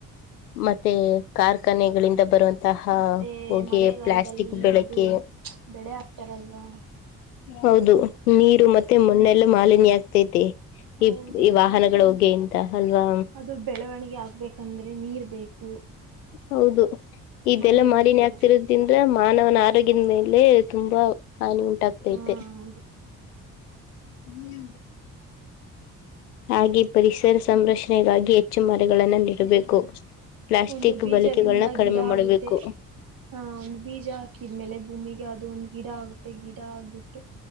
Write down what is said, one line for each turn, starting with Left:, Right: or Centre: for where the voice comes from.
Left: ಮತ್ತೆ ಕಾರ್ಖಾನೆಗಳಿಂದ ಬರುವಂತ ತಹ
Right: ಮತ್ತೆ
Left: ಹೊಗೆ
Right: ಮಳೆಗಾಲದಲ್ಲಿ
Left: ಪ್ಲಾಸ್ಟಿಕ್ ಬೆಳಕೆ
Right: ಇದು ಬೆಳೆ ಹಾಕ್ತಾರಲ್ವಾ
Left: ಹೌದು ನೀರು ಮತ್ತೆ ಮಣ್ಣೆಲ್ಲ ಮಾಲಿನ್ಯ ಆಗ್ತೈತೆ
Right: ಹೌದೌದು
Left: ಈದ್ ಈ ವಾಹನಗಳ ಹೊಗೆಯಿಂತ ಅಲ್ವಾ
Right: ಅದು ಬೆಳವಣಿಗೆ ಆಗ್ಬೇಕಂದ್ರೆ ನೀರ್ ಬೇಕು.
Left: ಹೌದು ಇದೆಲ್ಲ
Right: ಮಳೆ
Left: ಮಾಲಿನ್ಯ
Right: ಬೇಕು
Left: ಆಗ್ತಿರದು. ಇಂದ್ರೆ ಮಾನವನ ಆರೋಗ್ಯದ ಮೇಲೆ ತುಂಬಾ ಹಾನಿ ಉಂಟಾಗ್ತೈತೆ
Right: ಹಾ ಹೌದು
Left: ಹ್ಮ್ ಹಾಗೆ ಪರಿಸರ ಸಂರಕ್ಷಣೆಗಾಗಿ ಹೆಚ್ಚು ಮರಗಳನ್ನ ನೀಡಬೇಕು ಪ್ಲಾಸ್ಟಿಕ್
Right: ಒಂದು ಬೀಜದಿಂದ
Left: ಬಳಿಕೆಗಳನ್ನ ಕಡಿಮೆ
Right: ಗಿಡ
Left: ಮಾಡಬೇಕು
Right: ಆಗುತ್ತೆ ಹ ಒಂದ್ ಬೀಜ ಹಾಕಿದ್ಮೇಲೆ ಭೂಮಿಗೆ ಅದು ಒಂದ್ ಗಿಡ ಆಗುತ್ತೆ ಗಿಡ ಹಾಕ್ಬಿಟ್ಟು